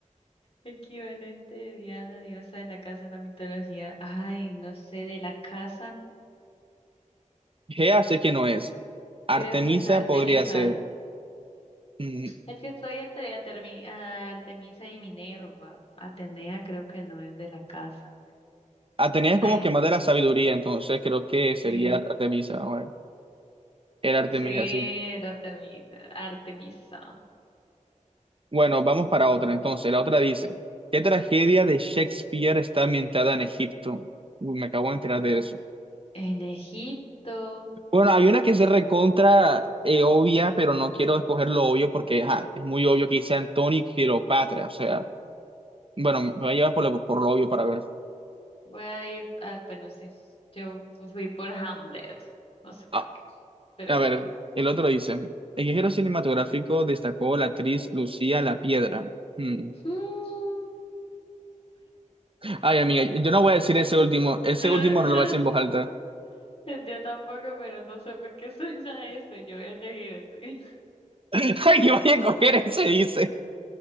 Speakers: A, on the left (about 45°); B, on the right (about 45°).
A: Equivalente de Diana, diosa de la casa en la mitología. Ay, no sé, de la casa,
B: Gea sé que no es. Artemisa
A: creo que es Artemisa.
B: podría ser. Mm,
A: Es que estoy entre Atermi- Artemisa y Minerva. Atenea creo que no es de la casa.
B: Atenea es
A: <laughs>
B: como
A: Ay, no.
B: que más de la sabiduría, entonces creo que sería
A: sí,
B: Artemisa. a ver. Era Artemisa,
A: sí,
B: sí.
A: era Artemisa. Artemisa.
B: Bueno, vamos para otra entonces. La otra dice, ¿qué tragedia de Shakespeare está ambientada en Egipto? Uy, me acabo de enterar de eso.
A: En Egipto.
B: Bueno, hay una que se recontra eh, obvia, pero no quiero escoger lo obvio porque ajá, es muy obvio que dice Antonio y Cleopatra. O sea, bueno, me, me voy a llevar por lo, por lo obvio para ver.
A: Voy a ir, ah, pues no sé. Yo fui por Hamlet. No sé por
B: Ah,
A: qué, pero
B: a
A: bueno.
B: ver, el otro dice, el género cinematográfico destacó la actriz Lucía La Piedra. Hmm.
A: Mm.
B: Ay, amiga, yo no voy a decir ese último. Ese
A: <laughs>
B: último no lo voy a decir en voz alta.
A: Yo tampoco, pero no sé por qué suena ese. Yo voy a elegir ese.
B: <laughs> Ay, yo voy a coger ese, dice.